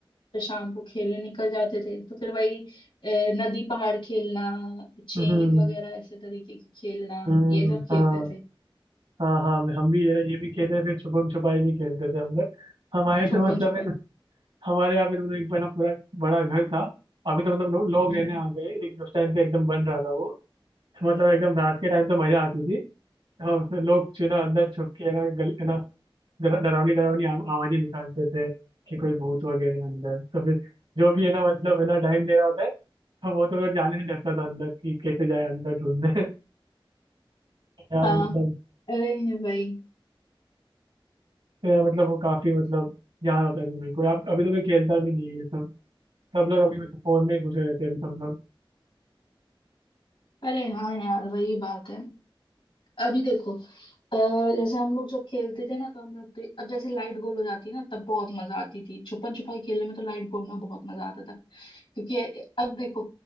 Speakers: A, on the left; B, on the right.
A: फिर शाम को खेलने निकल जाते थे तो फिर वही अ, नदी पहाड़ खेलना चेन
B: हम्म
A: वगैरह ऐसे तरीके की खेलना
B: हम्म
A: ये सब खेलते
B: हाँ
A: थे
B: हाँ हाँ मैं- हम भी ये ना ये भी खेले फिर छुपम छुपाई भी खेलते थे हम लोग हमारे तो
A: छुपन
B: मतलब
A: छुपाई
B: है ना हमारे यहाँ पे तो मतलब एक बना पूरा बड़ा घर था अभी तो मतलब लो, लोग
A: हम्म,
B: रहने आ गए लेकिन उस टाइम पे एकदम बन रहा था वो मतलब एकदम रात के टाइम तो मजा आती थी और फिर लोग चुना अंदर छुप के है ना गल, है ना डरा- डरावनी डरावनी आव- आवाजें निकालते थे कि कोई भूत वगैरह है अंदर तो फिर जो भी है ना मतलब है ना टाइम दे रहा होता है तो वो तो फिर जाने से डरता था अंदर कि कैसे जाए अंदर ढूंढने <laughs> यार
A: हाँ
B: मतलब
A: अरे भाई
B: तो यार मतलब वो काफी मतलब याद आता है अभी मेरे को अब अभी तो कोई खेलता भी नहीं है ये सब सब लोग अभी मतलब फोन में ही घुसे रहते हैं अभी सब लोग
A: अरे हाँ यार वही बात है अभी देखो अह, जैसे हम लोग जब खेलते थे ना तो हम लोग तो अब जैसे लाइट गोल हो जाती है ना तब बहुत मजा आती थी छुपन छुपाई खेलने में तो लाइट गोल में बहुत मजा आता था क्योंकि अब देखो